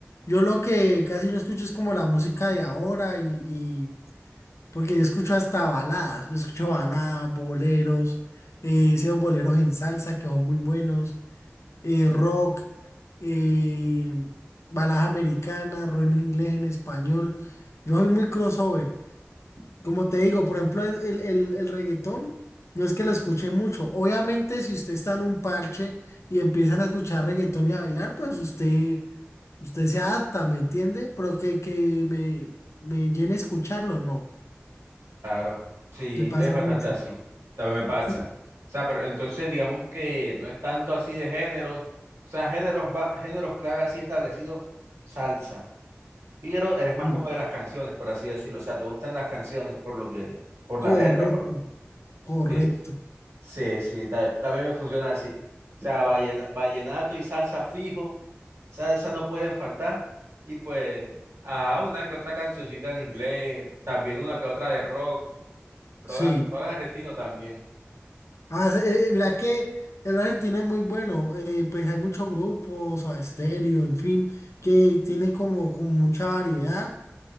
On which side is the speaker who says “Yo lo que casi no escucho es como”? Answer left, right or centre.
Left